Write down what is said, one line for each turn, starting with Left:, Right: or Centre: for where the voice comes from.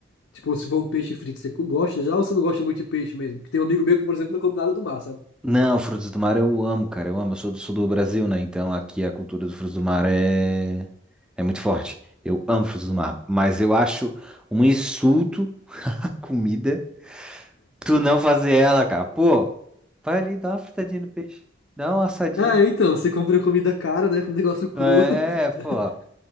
Left: Tipo, se for um peixe frito, você gosta já ou você não gosta muito de peixe mesmo? Porque tem um amigo meu que, por exemplo, não come nada do mar, sabe?
Centre: Não, frutos do mar eu amo, cara. Eu amo. Eu sou do sul do Brasil, né? Então aqui a cultura dos frutos do mar é, é muito forte. Eu amo frutos do mar. Mas eu acho um insulto <laughs> à comida tu não fazer ela, cara. Pô, vai ali, dá uma fritadinha no peixe. Dá uma assadinha.
Left: É, então, você compra comida cara, né? Com um negócio cru.
Centre: É,
Left: <laughs>
Centre: pô.